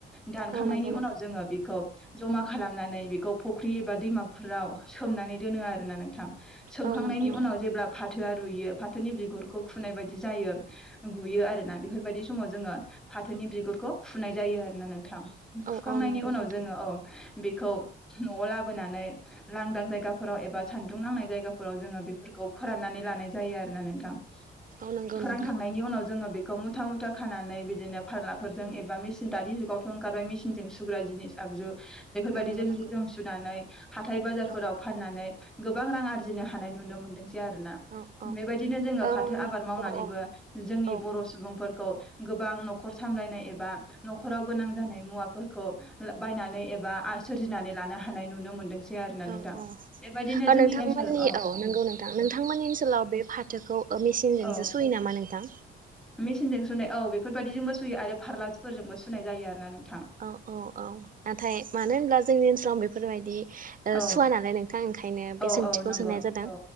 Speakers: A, in the centre; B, on the right (about 45°).
A: दानखांनायनि
B: औ नंगौ नोंथां
A: उनाव जोङो बेखौ जमा खालामनानै बेखौ फुख्रि एबा दैमाफोराव सोमनानै दोनो आरोना नोंथां सोमखांनायनि
B: औ नंगौ नोंथां
A: उनाव जेब्ला फा फाथोआ रुइयो फाथोनि बिगुरखौ खुनाय बायदि जायो गुयो आरोना बेफोरबायदि समाव जोङो फाथोनि बिगुरखौ खुनाय जायो आरोना नोंथां खुखांनायनि
B: औ औ नंगौ
A: उनाव
B: नोंथां
A: जोङो औ बेखौ न'आव लाबोनानै लांदां जायगाफोराव एबा सान्दुं नांनाय जायगा फोराव जोङो बेफोरखौ फोराननानै लानाय जायो आरोना नोंथां
B: औ नंगौ
A: फोरानखांनायनि
B: नोंथां
A: उनाव जोङो बे खौ मुथा मुथा खानानै बिदिनो फारलाफोरजों एबा मिसिन दानि जुगावथ' ओंखारबाय मेसिनजों सुग्रा जिनिस आगजु बेफोरबायदि
B: नंगौ नंगौ
A: जों सुनानै हाथाय बाजारफोराव
B: औ
A: फाननानै गोबां रां आरजिनो हायो नुनो मोनदों। आरोना
B: औ औ
A: बेबायदिनो जोङो
B: ओ
A: फाथो आबाद मावनानैबो
B: औ
A: जोंनि
B: औ
A: बर' सुबुंफोरखौ गोबां न'खर सामलायनाय एबा न'खराव गोनां जानाय मुवा खौ बायनानै एबा सोरजिनानै लानो हानाय नुनो मोनदों। सै आरोना नोंथां
B: औ औ
A: बेबायदिनो
B: ओ
A: जोंनि
B: नोंथांमोननि
A: ओनसोलाव
B: औ नोंगौ नोंथां नोंथांमोननि ओनसोलाव बे फाथोखौ मेसिनजोंसो
A: औ
B: सुयो नामा नोंथां।
A: मेसिनजों सुनाय औ बेफोरबायाददिजोंबो सुयो आरो फारलाफोरजोंबो सुनाय जायो आरोना नों
B: औ औ औ नाथाय मानो होनब्ला जोंनि ओनसोलाव बेफोरबायादि
A: औ
B: सुवा नालाय नों थां ओंखायनो बे
A: औ
B: सोंथिखौ
A: औ नंगौ
B: सोंनाय जादों
A: औ